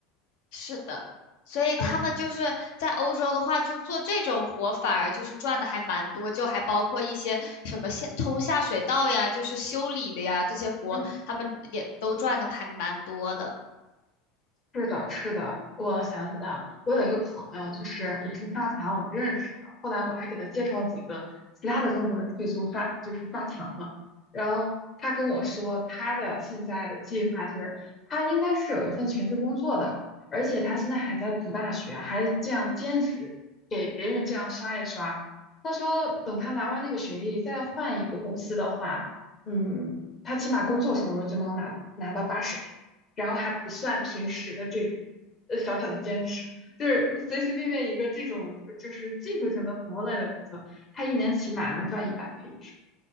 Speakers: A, on the left (about 60°); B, on the left (about 35°).
A: 是的，所以他们就是在欧洲的话，
B: 啊。
A: 就做这种活，反而就是赚的还蛮多，就还包括一些什么下通下水道呀，就是修理的呀，这些活他们也都赚的还蛮多的。
B: 嗯是的，是的，我想起来了，我有一个朋友，就是也是发卡我们认识的，后来我还给他介绍几个其他的中国人退租发，就是发卡嘛。然后他跟我说，他的现在的计划就是他应该是有一份全职工作的，而且他现在还在读大学，还这样兼职给别人这样刷一刷。他说，等他拿完那个学历，再换一个公司的话，嗯，他起码工作收入就能拿拿到八十 K。然后还不算平时的这种呃小小的兼职，就是随随便便一个这种就是技术型的服务类的工作，他一年起码能赚一百 K 以上。